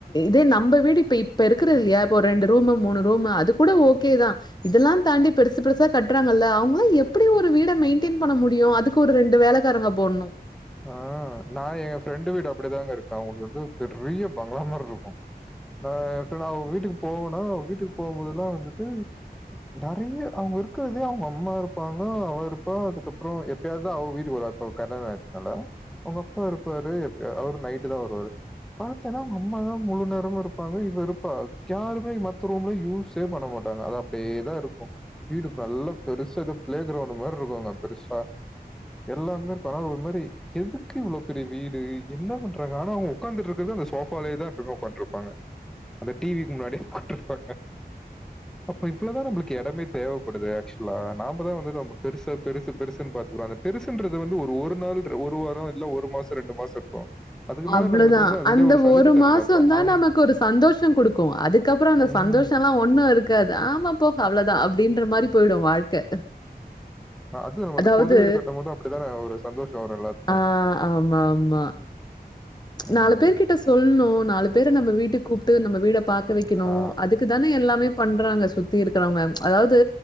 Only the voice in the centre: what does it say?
ஆ நா ஏ ஃப்ரெண்டு வீடு அப்டிதாங்க இருக்கு அவங்கள்து வந்து பெரிய பங்களா மார்ருக்கு நா எப்பனா அவுங்க வீட்டுக்கு போவேனா வீட்டுக்கு போம்போதெல்லா வந்துட்டு நெறைய அவுங்க இருக்கிறதே அவுங்க அம்மா இருப்பாங்க அவே இருப்பா அதுக்கப்புறோ எப் எப்பயாவது தா அவங்க வீட்டுக்கு வராரு இப்ப கல்யாணோ ஆயிருச்சுனால அவுங்க அப்பா இருப்பாரு எப்யா அவரு நைட்டு தா வருவாரு பாத்தேன்னா அவுங்க அம்மாதா முழு நேரமு இருப்பாங்க இவ இருப்பா யாருமே மத்த ரூம்லா யூஸ் சேவ் பண்ண மாட்டாங்க அது அப்டியேதா இருக்கும் வீடுப்பல்லா பெருசா எதோப் பிளே கிரௌண்டு மார்ருக்குங்க பெருசா எல்லாமே ஒரு கணவுமர் எ எதுக்கு இவ்ளோ பெரிய வீடு என்ன பண்றாங்க ஆனா அவுங்க உக்காந்துட்டு இருக்கறது அந்த சோஃபாலயேதா எப்பமே உக்காண்ட்ருப் பாங்க அந்த டி விக்கு முன்னாடியே உக்காண்ட்ருப்பாங்க அப்ப இவ்ளோதா நம்புளுக்கு எடமே தேவப்படுது ஆக்சுவலா நாமதா வந்து நம்ப பெருசா பெருசு பெருசுன் பாத்துக்குறோ அத பெருசுன்றது வந்து ஒரு ஒரு நாள் ஒரு வாரோ இல்ல ஒரு மாச ரெண்டு மாச இருப்போ அதுக்கு
மேல நம்மளுக்கு வந்து அதிலயே
வந்துரும். அவங்க
ம்ஹ்ம்.
அது நம்ம
அந்த புது வீடு கட்டும்போது அப்படிதானே ஒரு சந்தோஷம் வரும் எல்லாத்துக்கும்.
ம்.
ஆ.